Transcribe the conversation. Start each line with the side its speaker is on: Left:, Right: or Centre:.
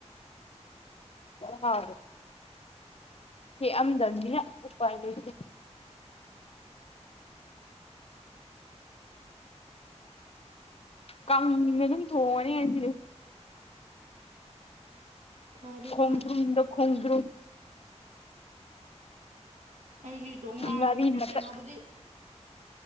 Left: ꯍ ꯍꯦꯛꯑꯝꯗꯕꯅꯤꯅ ꯎꯄꯥꯏ ꯂꯩꯇꯦ ꯀꯥꯡꯗ ꯑꯗꯨꯝ ꯊꯣꯡꯉꯅꯤ ꯍꯥꯏꯁꯦ
Right: ꯐꯔꯦ
Left: ꯈꯣꯡꯨꯗ
Right: ꯐꯔꯦ
Left: ꯈꯣꯡꯗ꯭ꯔꯨ
Right: ꯑꯩꯁꯨ ꯏ ꯊꯣꯡ ꯉꯥꯏꯔꯕꯅꯤꯅ
Left: ꯉꯥꯔꯤ ꯃꯇꯠ
Right: ꯀꯩꯅꯣꯕꯨꯗꯤ